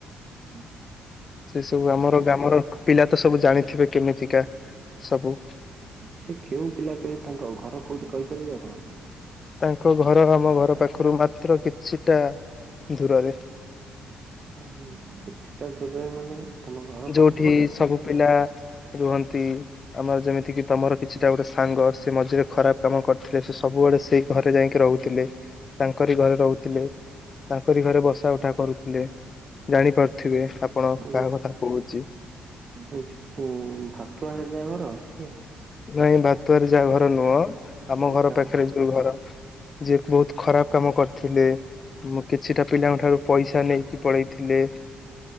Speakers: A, on the right; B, on the left.
A: ହୁଁ।
B: ସେ ସବୁ ଆମର ଗ୍ରାମର ପିଲା ତ ସବୁ ଜାଣିଥିବେ କେମିତିକା ସବୁ।
A: ସେ କେଉଁ ପିଲା କହେ ତାଙ୍କ ଘର କୋଉଠି କହିପାରିବେ ଆପଣ?
B: ତାଙ୍କ ଘର ଆମ ଘର ପାଖରୁ ମାତ୍ର କିଛିଟା ଦୂରରେ।
A: ହ କିଛିଟା ଦୂରରେ ମାନେ? ତମ ଘର
B: ଯୋଉଠି
A: ପଛପଟେ
B: ସବୁ
A: କି?
B: ପିଲା ରୁହନ୍ତି। ଆମର ଯେମିତି କିି ତମର କିଛିଟା ଗୋଟେ ସାଙ୍ଗ ସେ ମଝିରେ ଖରାପ କାମ କରିଥିଲେ ସେ ସବୁବେଳେ ସେଇ ଘରେ ଯାଇକି ରହୁଥିଲେ ତାଙ୍କରି ଘରେ ରହୁଥିଲେ। ତାଙ୍କରି ଘରେ ବସା ଉଠା କରୁଥିଲେ ଜାଣିପାରୁଥିବେ ଆପଣ
A: ଆଉ
B: କାହା କଥା କହୁଚି।
A: ଏ ଯୋଉ ଭାତୁ ଆଡେ ଜା ଘର? ସିଏ
B: ନାଇଁ ବାତୁଆରେ ଯାହା ଘର ନୁହଁ ଆମ
A: ଆଉ
B: ଘର
A: କା
B: ପାଖରେ ଯୋଉ ଘର ଯିଏ ବୋହୁତ ଖରାପ କାମ କରିଥିଲେ। ମୁଁ କିଛିଟା ପିଲାଙ୍କ ଠାରୁ ପଇସା ନେଇକି ପଳେଇଥିଲେ।